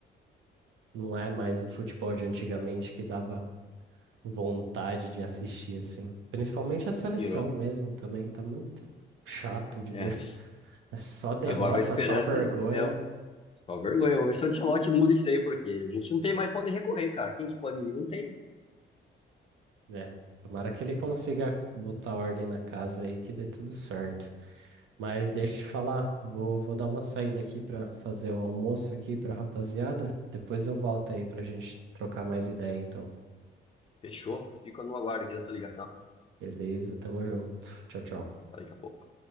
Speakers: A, on the right; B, on the left.
A: Não é mais o futebol de antigamente que dava vontade de assistir, assim. Principalmente a seleção
B: Me Tirou.
A: mesmo também, tá muito chato de
B: Yes.
A: ver. <laughs> É só derrota,
B: Agora a esperança
A: só vergonha,
B: é o- só vergonha. Vamos ver se o Ancelotti muda isso aí, porque a gente não tem mais pra onde recorrer, cara. Quem que pode vir? Não tem.
A: né? Tomara que ele consiga botar ordem na casa aí que dê tudo certo. Mas deixa
B: É,
A: eu te falar, vou, vou dar uma saída aqui pra fazer o almoço aqui pra rapaziada. Depois eu volto aí pra gente trocar mais ideia, então.
B: Fechou. Fico no aguardo aqui dessa ligação.
A: Beleza, tamo junto. Tchau, tchau.
B: Até daqui a pouco.